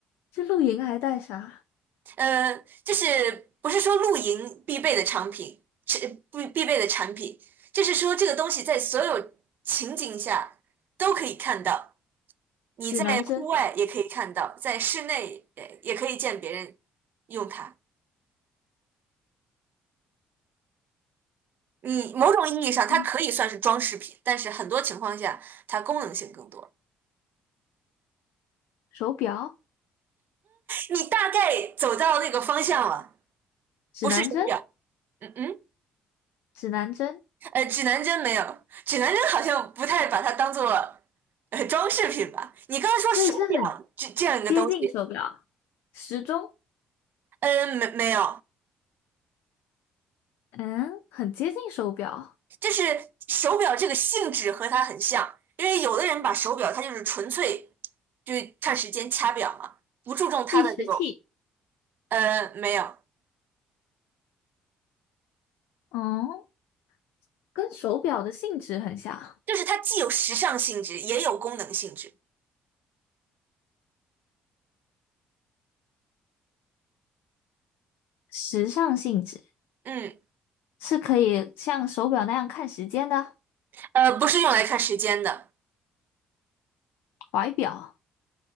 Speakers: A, on the left (about 80°); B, on the right (about 60°).
A: 这露营还带啥？
B: 呃，就是不是说露营必备的产品，是必必备的产品，就是说这个东西在所有情景下都可以看到，你在户外也可以看到，
A: 指南针，
B: 在室内也也可以见别人用它。你某种意义上，它可以算是装饰品，
A: 嗯，
B: 但是很多情况下，它功能性更多。
A: 手表，
B: 你大概走到那个方向了，
A: 指南针，
B: 不是手表。嗯嗯，
A: 指南针，
B: 呃，指南针没有，指南针好像不太把它当做呃装饰品吧。你刚才说手表这这样一个东西，
A: 所以是很接近手表，时钟，
B: 呃，没没有，
A: 嗯，很接近手表，
B: 就是手表这个性质和它很像，因为有的人把手表它就是纯粹就是看时间掐表嘛，不注重它的这个，
A: 计时器，
B: 呃没有，
A: 嗯。跟手表的性质很像，
B: 就是它既有时尚性质也有功能性质。
A: 时尚性质
B: 嗯，
A: 是可以像手表那样看时间的，
B: 呃，不是用来看时间的，
A: 怀表